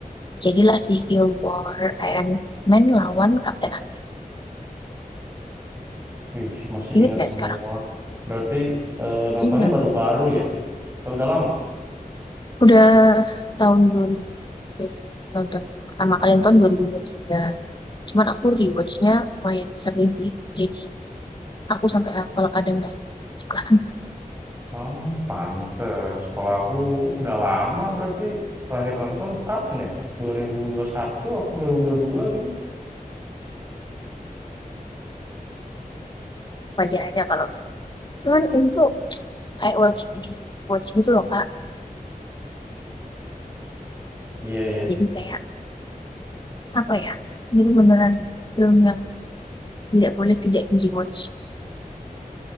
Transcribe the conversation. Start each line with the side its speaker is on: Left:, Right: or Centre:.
Left: Jadilah Civil War Iron Man lawan Captain America.
Right: Wih, masih
Left: Ingat
Right: ingat
Left: nggak
Right: semua.
Left: sekarang?
Right: Berarti eh, nontonnya
Left: Ingat.
Right: baru-baru ya? Udah lama?
Left: Udah tahun 2000 juga sih nonton yang pertama kali nonton 2023. Cuman aku rewatchnya lumayan sering gitu. Jadi aku sampai hafal kadang naik juga
Right: Ah, pantes. Kalau aku udah lama berarti terakhir nonton kapan ya? 2021 atau 2022 gitu?
Left: <laughs> wajar aja kalau. Cuman ini tuh kayak wajib di watch gitu loh Kak.
Right: Iya, iya.
Left: Jadi kayak apa ya? Ini tuh beneran film yang tidak boleh tidak di rewatch.